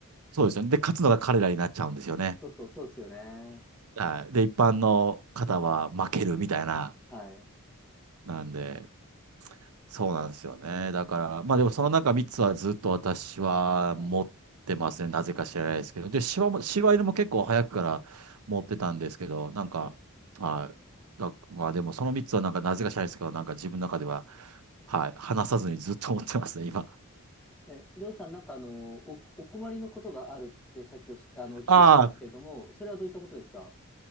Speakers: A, on the right (about 90°); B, in the centre.
A: そうですよね。で、勝つのが彼らになっちゃうんですよね。
B: そうそう、そうですよね。
A: はい。で、一般の方は負けるみたいな、
B: はい。
A: なんで、そうなんですよね。だから、まあでもその中3つはずっと私は持ってますね。
B: はい。
A: なぜか知らないですけど。で、柴も、柴犬も結構早くから持ってたんですけど、なんか、
B: はい。
A: はい。だまあでもその3つはなんかなぜか知らないですけど、なんか自分の中では、はい。離さずにずっと持ってますね、今。
B: え、りょうさん、なんかあの、お、お困りのことがあるってさっきおし、あの、お聞きしたんですけれども、
A: ああ、
B: それはどういったことですか